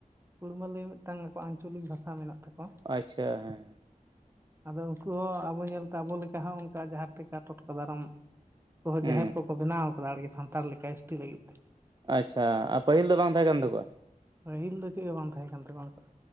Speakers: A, on the right; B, on the right.
A: ᱠᱩᱲᱢᱟᱹᱞᱤ ᱢᱤᱫᱴᱟᱝ ᱟᱠᱚᱣᱟᱜ ᱟᱧᱪᱚᱞᱤᱠ ᱵᱷᱟᱥᱟ ᱢᱮᱱᱟᱜ ᱛᱟᱠᱚᱣᱟ᱾
B: ᱟᱪᱪᱷᱟ ᱦᱮᱸ
A: ᱟᱫᱚ ᱩᱱᱠᱩ ᱦᱚᱸ ᱟᱵᱚ ᱧᱮᱞᱛᱮ ᱟᱵᱚ ᱞᱮᱠᱟ ᱦᱚᱸ ᱚᱱᱠᱟ ᱡᱟᱸᱦᱟᱸ ᱴᱮᱠᱟ ᱴᱚᱴᱠᱟ ᱫᱟᱨᱟᱢ ᱩᱱᱠᱚᱸ ᱦᱚᱸ
B: ᱦᱩᱸ
A: ᱡᱟᱦᱮᱨ ᱠᱚᱠᱚ ᱵᱮᱱᱟᱣ ᱠᱟᱫᱟ ᱟᱨᱠᱤ ᱥᱟᱱᱛᱟᱲ ᱞᱮᱠᱟ ᱮᱥᱴᱤ ᱞᱟᱹᱜᱤᱫ ᱛᱮ᱾
B: ᱟᱪᱪᱷᱟ ᱟᱨ ᱯᱟᱹᱦᱤᱞ ᱫᱚ ᱵᱟᱝ ᱛᱟᱸᱦᱮᱸ ᱠᱟᱱ ᱛᱟᱠᱩᱣᱟ᱾
A: ᱯᱟ. ᱦᱤᱞ ᱫᱚ ᱪᱮᱫ ᱦᱚᱸ ᱵᱟᱝ ᱛᱟᱸᱦᱮᱸ ᱠᱟᱱ ᱛᱟᱠᱚᱣᱟ ᱩᱱᱠᱟᱣᱟᱜ᱾